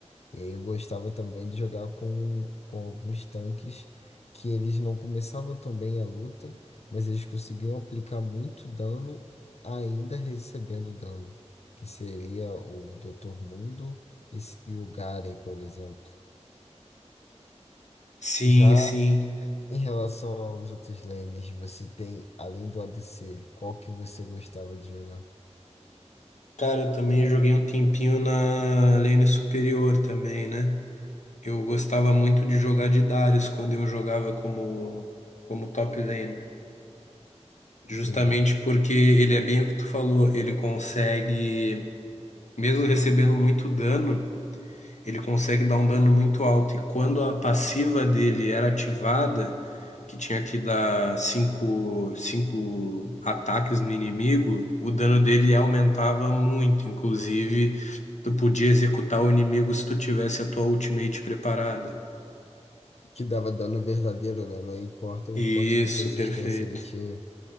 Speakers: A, on the left (about 65°); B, on the left (about 80°).
A: E aí eu gostava também de jogar com, com alguns tanques que eles não começavam tão bem a luta, mas eles conseguiam aplicar muito dano ainda recebendo dano, que seria o Dr. Mundo e, s- e o Garen, por exemplo.
B: Sim,
A: Já
B: sim.
A: em relação aos outros lanes, você tem, além do ADC, qual que você gostava de jogar?
B: Cara, eu também joguei um tempinho na lane superior também, né? Eu gostava muito de jogar de Darius quando eu jogava como, como top lane. Justamente
A: Sim,
B: porque ele é bem o que tu falou, ele consegue, mesmo recebendo muito dano, ele consegue dar um dano muito alto. E quando a passiva dele era ativada, que tinha que dar cinco, cinco ataques no inimigo, o dano dele aumentava muito. Inclusive, tu podia executar o inimigo se tu tivesse a tua ultimate preparada.
A: que dava dano verdadeiro, né? Não importa
B: Isso,
A: o quanto de resistência
B: perfeito,
A: ele tinha.